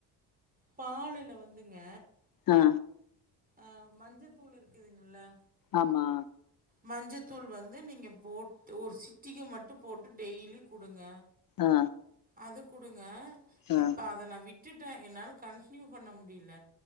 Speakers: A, on the right (about 20°); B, on the left (about 50°).
A: பாலுல வந்துங்க
B: ஆ
A: அ மஞ்சத்தூள் இருக்குதுங்கல்ல
B: ஆமா
A: மஞ்சத்தூள் வந்து நீங்க போட் ஒரு சிட்டிக மட்டு போட்டு டெய்லி குடுங்க
B: ஆ.
A: அது குடுங்க
B: ஆ.
A: இப்ப அத நா விட்டுட்டே என்னால கன்டினியூ பண்ண முடில